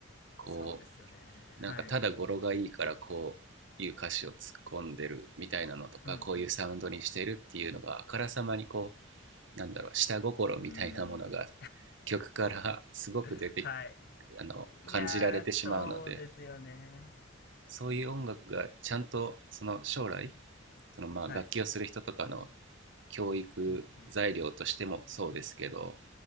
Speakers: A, on the right; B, on the left.
A: こ
B: そうですよね。
A: う、なんかただ語呂がいいからこういう歌詞を突っ込んでるみたいなのとか、
B: はい。うんうん
A: こういうサウンドにしてるっていうのがあからさまにこう、なんだろう、下心みたいなものが
B: うんうーん
A: 曲からすごく出て、
B: <laughs> はい
A: あの、
B: いやーそうですよね
A: 感じられてしまうので、そういう音楽がちゃんとその将来、そのまあ楽器をする人とかの
B: はい
A: 教育材料としてもそうですけど、
B: うんうん